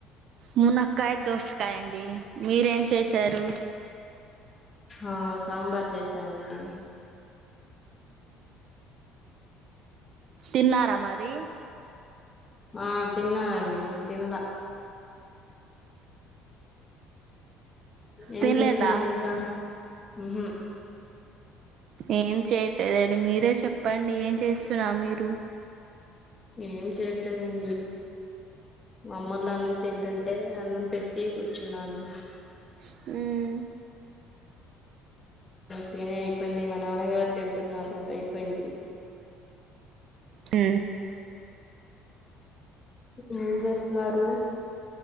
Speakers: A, on the right; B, on the left.
A: మునక్కాయ దోసకాయండి మీరేం చేసారు
B: ఆ సాంబార్ చేసామండి
A: తిన్నారా మరి
B: ఆ తిన్నానండి తిన్న ఏం
A: తినలేదా
B: చేస్తున్నారు ఇంకా ఉహు
A: ఏం చేయటలేదండి మీరే చెప్పండి ఏం చేస్తున్నా మీరు
B: ఏం చేయట్లేదండి మామ్మల్లు అన్నం తింటుంటే అన్నం పెట్ ఏ కూర్చున్నాను
A: ఉమ్
B: తిని అయిపోయింది మా నాన్నగారు తింటున్నారు అయిపోయింది
A: ఉ
B: ఏం చేస్తున్నారు